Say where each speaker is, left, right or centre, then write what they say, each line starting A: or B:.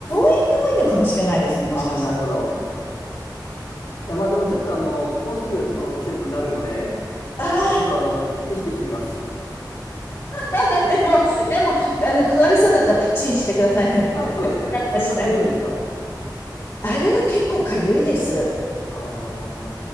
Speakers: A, on the left; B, on the left.
A: 園に多いのかもしれないですね、もしかしたら。
B: ああ、なるほど。いや、まあでもちょっとあの、もうすぐその季節になるので、
A: あ
B: え、ちょっとあの、意識してみます。
A: あ、<laughs> でも、でも、あの、食われそうだったらパチンしてくださいね。
B: あ、そうですね。
A: <laughs> 我慢しないで。
B: そんなかゆいんですか。
A: あれは結構かゆいです。
B: は